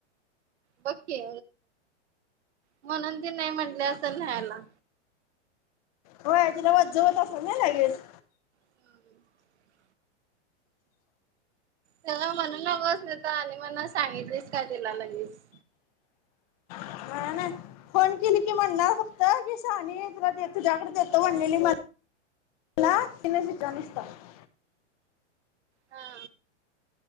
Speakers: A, on the right; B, on the left.
A: बघकी, म्हणून ते नाही म्हटले असेल ना हीयला
B: व्हय तिला होत जवच असेलं ना लगेच.
A: ह <inaudible> त्याला म्हणून नगस. नाही त आणि म्हण सांगीतलीस का तिला लगेच.
B: नाही नाही फोन केली की म्हणणार फक्त. की शहानी तुला देत तुझ्याकडे देतो म्हणलेली. ह तन चितमस <unintelligible>
A: हा.